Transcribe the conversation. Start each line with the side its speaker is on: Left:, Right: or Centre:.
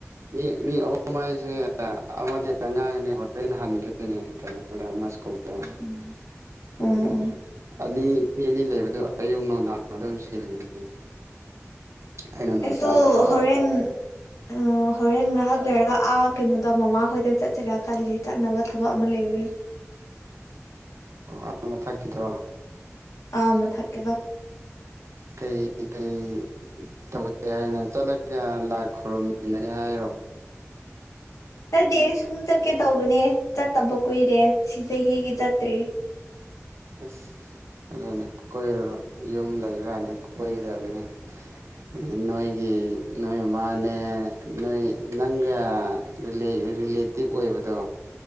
Right: ꯃꯤ ꯃꯤ ꯑꯍꯨꯝ ꯍꯥꯏꯁꯦ ꯑꯃꯗꯤ ꯑꯉꯥꯡꯅꯦ ꯍꯣꯔꯦꯟ ꯍꯟꯒꯤꯗꯣꯏꯅꯦ ꯀꯩꯅꯣꯗ ꯃꯁꯛ <unintelligible>
Left: ꯎꯝ ꯎꯝ
Right: ꯑꯗꯨꯒ ꯑꯅꯤ ꯃꯤ ꯑꯅꯤ ꯂꯩꯕꯗꯨ ꯑꯌꯨꯛ ꯅꯨꯡꯗꯥꯡ ꯑꯗꯨꯝ ꯁꯤꯜꯂꯤꯅꯤ ꯑꯩꯅ ꯅꯨꯡꯗꯥꯡꯗ
Left: ꯑꯩꯁꯨ
Right: ꯇꯧꯔꯕ
Left: ꯍꯣꯔꯦꯟ ꯎꯝ ꯍꯣꯔꯦꯟ ꯉꯥꯏꯍꯥꯛ ꯂꯩꯔꯒ ꯑꯥ ꯀꯩꯅꯣꯗ ꯃꯃꯥ ꯈꯣꯏꯗ ꯆꯠꯁꯤꯔꯥ ꯈꯜꯂꯤ ꯆꯠꯅꯕ ꯊꯕꯛ ꯑꯃ ꯂꯩꯕꯒꯤ
Right: ꯑꯣ ꯑ ꯃꯥꯊꯛꯀꯤꯗꯣ
Left: ꯑ ꯃꯊꯛꯀꯤꯗꯣ
Right: ꯀꯩ ꯀꯩ ꯇꯧꯒꯦ ꯍꯥꯏꯅ ꯆꯠꯂꯒ ꯂꯥꯏ ꯈꯨꯔꯨꯝꯃꯤꯟꯅꯒꯦ ꯍꯥꯏꯔꯣ
Left: ꯅꯠꯗꯦꯍꯦ ꯁꯨꯝ ꯆꯠꯀꯦ ꯇꯧꯕꯅꯦ ꯆꯠꯇꯕ ꯀꯨꯏꯔꯦ ꯁꯤ ꯆꯍꯤꯒꯤ ꯆꯠꯇ꯭ꯔꯤ
Right: ꯑꯁ ꯑꯗꯨꯅꯦ ꯀꯣꯏꯔꯨꯔꯣ ꯌꯨꯝ ꯂꯩꯔꯀꯥꯟꯗ ꯀꯣꯏꯒꯗꯕꯅꯤ ꯑꯗ ꯅꯣꯏꯒꯤ ꯅꯣꯏꯌꯨꯝ ꯃꯥꯅꯦ ꯅꯣꯏ ꯅꯪꯒ ꯔꯤꯂꯦ ꯔꯤꯂꯦꯇꯤꯞ ꯑꯣꯏꯕꯗꯣ